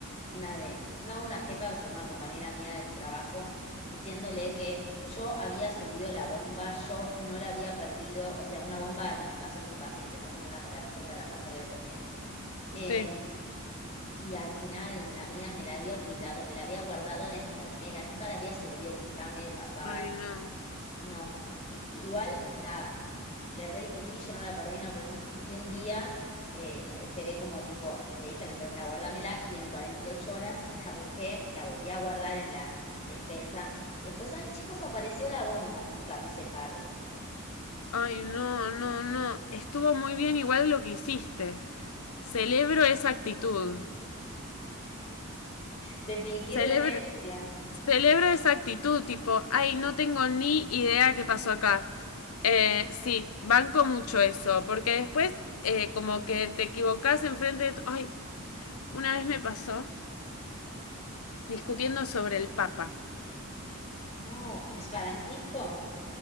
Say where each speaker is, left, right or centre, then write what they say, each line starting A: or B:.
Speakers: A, on the left; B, on the left.
A: una de, no una jefa, sino una compañera mía del trabajo, diciéndole que yo había subido la bomba, yo no la había perdido, o sea, una bomba de alimentación de un paciente, ¿no? Como un aparatito para pasarle comida. Eh,
B: Sí.
A: y al final la mía me la había olvidado, me la había guardado la enfermera, nunca la había subido porque estaba medio pasada.
B: Ay, no.
A: No, no. I- igual, nada. Le rediscutí, yo no la perdí, no la perdí. Y un día eh, esperé como tipo, le dije a la enfermera, guárdamela, y en 48 horas <laughs> la busqué, la volví a guardar en la despensa. Y después, ay, chicos, apareció la bomba. Nunca me hice cargo.
B: Ay, no, no, no. Estuvo muy bien igual lo que hiciste. Celebro esa actitud.
A: De fingir
B: Celebro,
A: demencia.
B: Celebro esa actitud, tipo, ay, no tengo ni idea qué pasó acá. Eh, sí, banco mucho eso, porque después eh, como que te equivocás enfrente de... Ay, una vez me pasó discutiendo sobre el Papa.
A: No, pues Francisco.